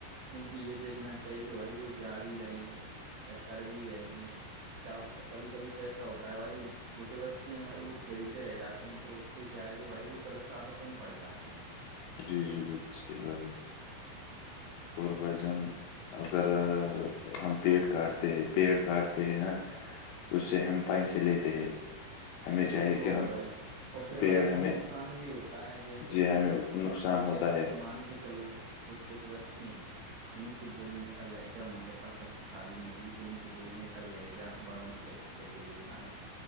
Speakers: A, on the right; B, on the left.
A: کیونکہ یہ دیکھنا چاہیے کہ بھائی وہ جا بھی رہے ہیں یا کر بھی رہے ہیں کیا کبھی کبھی تو ایسا ہوتا ہے بھائی چھوٹے بچے ہیں بھائی وہ کھیلتے رہ جاتے ہیں تو اس سے کیا ہے کہ بھائی وہ غلط آتا تم پڑھ جاتے ہیں
B: جی جی بالکل صحیح بات ہے اور بھائی جان اگر ہم پیڑ کاٹتے پیڑ کاٹتے نا اس سے ہمپائ سے لیتے ہیں ہمیں چاہیے
A: وہ تو
B: کہ
A: ہے
B: ہم
A: بھائی اور پھر
B: پیڑ
A: بھائی
B: ہمیں
A: وہ نقصان بھی ہوتا ہے جیسے
B: جی
A: کہ
B: ہمیں نقصان
A: <inaudible>
B: ہوتا ہے
A: مان کے چلو چھٹے چھوٹے بچے ہیں ان کے بولنے کا لہجہ ہمارے پاس اچھی تعلیم ہوگی تو ان کے بولنے کا لہجہ بڑوں کے پرتی کیسے بولنا ہے